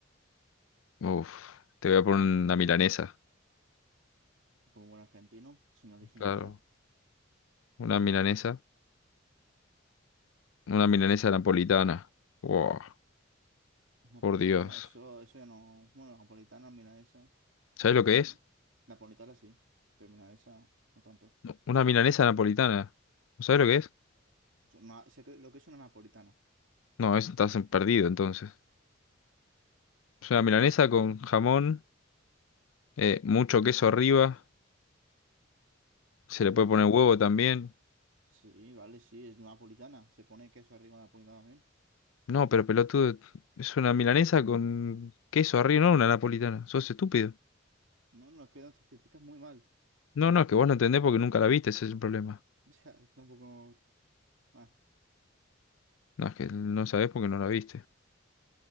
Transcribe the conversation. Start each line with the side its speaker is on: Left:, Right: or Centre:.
Left: uff, te voy a poner una milanesa.
Right: como buen argentino, sin originalidad.
Left: Claro, una milanesa. Una
Right: ¿Qué más?
Left: milanesa napolitana. Wow,
Right: Napolitana,
Left: por Dios.
Right: eso, eso ya no. Bueno, napolitana, milanesa,
Left: ¿Sabes
Right: pareciendo
Left: lo que es?
Right: ¿no? Napolitana sí, pero milanesa no tanto.
Left: No, Una milanesa napolitana. ¿No sabes lo que es?
Right: Pues una- sé que- lo que es una napolitana.
Left: No, eso estás en- perdido entonces. Es
Right: Es
Left: una milanesa
Right: que,
Left: con jamón, eh, mucho queso arriba, se
Right: sí,
Left: le puede poner huevo también.
Right: sí, vale, sí, es napolitana. Se pone queso arriba de napolitana también.
Left: No, pero pelotudo, es una milanesa con queso arriba, no una napolitana. Sos estúpido.
Right: No, no, es que lo certificas muy mal. <laughs>
Left: No, no, es que vos no entendés porque nunca la viste, ese es el problema.
Right: Ya, tampoco. Vale,
Left: No, es que no sabés porque no la viste.